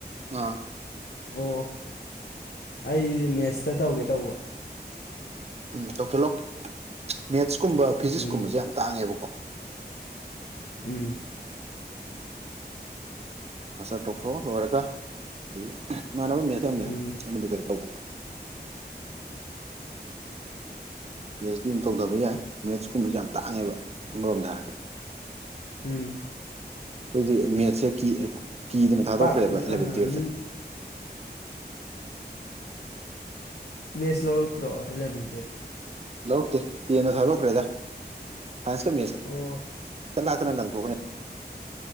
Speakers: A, on the right; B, on the left.
A: ꯑꯥ
B: ꯑꯣ ꯑꯩꯗꯤ ꯃꯦꯠꯁꯇ ꯇꯧꯒꯦ ꯇꯧꯕ
A: ꯎꯝ ꯇꯧ ꯆꯠꯂꯛ ꯃꯦꯠꯁꯀꯨꯝꯕ ꯐꯤꯖꯤꯛꯁꯀꯨꯝꯕꯁꯦ
B: ꯎꯝ
A: ꯌꯥꯝ ꯇꯥꯡꯉꯦꯕꯀꯣ
B: ꯎꯝ
A: ꯃꯥꯁꯇꯔ ꯇꯣꯛꯊꯣꯛꯑ ꯂꯣꯏꯔꯒ ꯑꯗꯒꯤ ꯏꯃꯥꯟꯅꯕ ꯃꯦꯂ
B: ꯎꯝ
A: ꯆꯤꯡꯗ ꯀꯩ ꯇꯧꯕꯀꯣ
B: <inaudible>
A: ꯄꯤ ꯑꯩꯩꯆ ꯗꯤ ꯑꯃ ꯇꯧꯊꯕ ꯌꯥꯏ ꯃꯦꯠꯁꯀꯨꯝꯕꯁ ꯌꯥꯝ ꯇꯥꯡꯉꯦꯕ ꯑꯃꯔꯣꯝꯗ ꯍꯥꯏꯔꯗꯤ
B: ꯎꯝ
A: ꯑꯩꯈꯣꯏꯗꯤ ꯃꯦꯠꯁꯦ ꯀꯤ ꯀꯤꯗꯅ ꯊꯥꯗꯣꯛꯈ꯭ꯔꯦꯕ
B: ꯄꯥꯛ
A: ꯑꯦꯂꯕꯦꯟ
B: ꯑꯥ
A: ꯇꯨꯌꯦꯜꯞꯁꯦ
B: ꯃꯤ ꯃꯦꯁ ꯂꯇ꯭ꯔꯣ ꯏꯂꯕꯦꯟꯦꯠꯇꯦ
A: ꯂꯧꯔꯛꯇꯦ ꯇꯦꯟꯅ ꯊꯥꯗꯣꯛꯈ꯭ꯔꯦꯗ ꯁꯥꯏꯟꯁꯀ ꯃꯦꯠꯁꯀ
B: ꯑꯣ
A: ꯂꯥꯛꯇꯅ ꯂꯪꯊꯣꯛꯀꯅꯤ